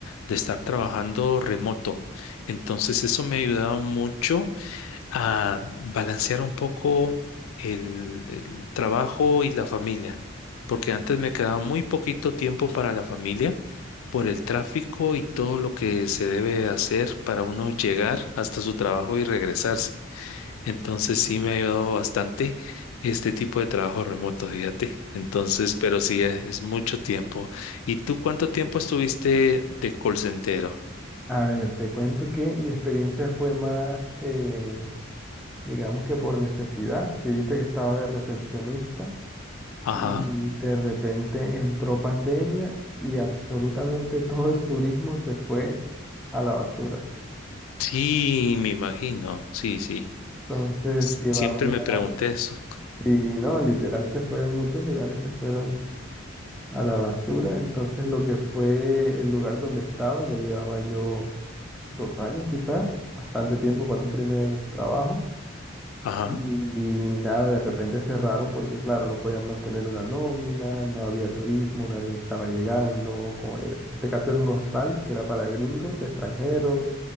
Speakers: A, on the left; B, in the centre.
A: de estar trabajando remoto. Entonces, eso me ha ayudado mucho a balancear un poco el, el trabajo y la familia, porque antes me quedaba muy poquito tiempo para la familia por el tráfico y todo lo que se debe hacer para uno llegar hasta su trabajo y regresarse. Entonces sí me ha ayudado bastante este tipo de trabajo remoto, fíjate. Entonces, pero sí e- es mucho tiempo. ¿Y tú cuánto tiempo estuviste de call center?
B: A ver, te cuento que mi experiencia fue más, eh, digamos que por necesidad. Si viste que estaba de recepcionista
A: Ajá.
B: y de repente entró pandemia y absolutamente <laughs> todo el turismo se fue a la basura.
A: Sí, me imagino. Sí, sí.
B: Entonces
A: Siempre
B: llevaba ya,
A: me pregunté eso.
B: sí, no, literal se fue, muchos lugares se fueron a la basura. Entonces lo que fue el lugar donde estaba, ya llevaba yo dos años quizás, bastante tiempo para un primer trabajo.
A: Ajá,
B: Y nada, de repente cerraron porque claro, no podían mantener una nómina, no había turismo, nadie estaba llegando. como era- en este caso era un hostal que era para gringos, extranjeros,